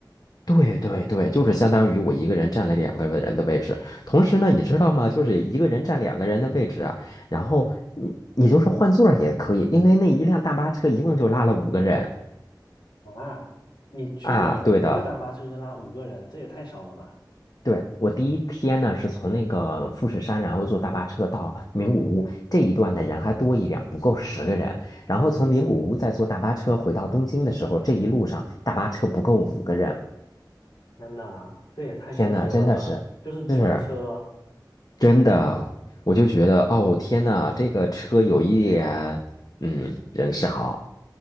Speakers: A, on the left; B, on the left.
A: 对对对，就是相当于我一个人占了两个人的位置。同时呢，你知道吗？就是一个人占两个人的位置啊。然后你你就是换座儿也可以，因为那一辆大巴车一共就拉了五个人
B: 啊。你去的一个大巴车就拉五个人，
A: 啊。对的，
B: 这也太少了吧？
A: 对，我第一天呢是从那个富士山，然后坐大巴车到名古屋这一段的人还多一点，不够十个人。然后从名古屋再坐大巴车回到东京的时候，这一路上大巴车不够五个人。
B: 天哪，这也太幸福了吧！
A: 天呐，真的是是。
B: 就是专车，
A: 真的，我就觉得哦，天呐，这个车有一点，嗯，人少，